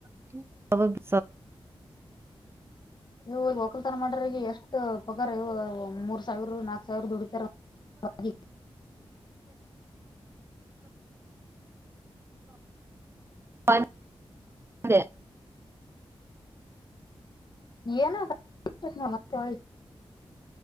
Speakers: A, on the right; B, on the left.
A: <inaudible> ಬದು
B: ಓಹೋ ಈ ವಕಲ್ ತರ ಮಾಡ್ರ ಈಗ ಎಷ್ಟ ಒಗರ್ ಯವ್ವ ಮೂರ್ ಸಾವಿರ ನಾಕ ಸಾವಿರ ದುಡತಾರ <unintelligible>
A: <unintelligible>
B: ಏನ <unintelligible> ಮತ್ತೆ ಒಳ್ಳಿ